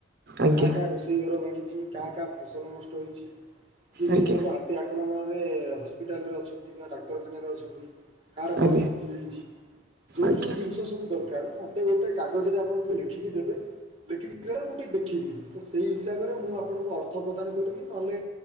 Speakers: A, on the right; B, on the right.
A: ଆଜ୍ଞା
B: କାହା କାହା ରୋଷେଇ ଘର ଭାଙ୍ଗିଛି? କାହା କାହା ଫସଲ ନଷ୍ଟ ହେଇଛି କିଏ
A: ଆଜ୍ଞା
B: କିଏ ସବୁ ହାତ ଆକ୍ରମଣରେ ହସ୍ପିଟାଲରେ ଅଛନ୍ତି ବା ଡାକ୍ତରଖାନାରେ ଅଛନ୍ତି? କାହାର କଣ
A: ଆଜ୍ଞା
B: କ୍ଷତି ହେଇଛି ଯୋଉ
A: ଆଜ୍ଞା।
B: ଯୋଉ ଜିନିଷ ସବୁ ଦରକାର କାର କାଲି ମତେ ଗୋଟେ କାଗଜରେ ଆପଣଠୁ ଲେଖିକି ଦେବେ। ଲେଖିକି ଦେଲେ ମୁଁ ଟିକେ ଦେଖିବି ତ ସେଇ ହିସାବରେ ମୁଁ ଆପଣଙ୍କୁ ଅର୍ଥ ପ୍ରଦାନ କରିବି ନହେଲେ।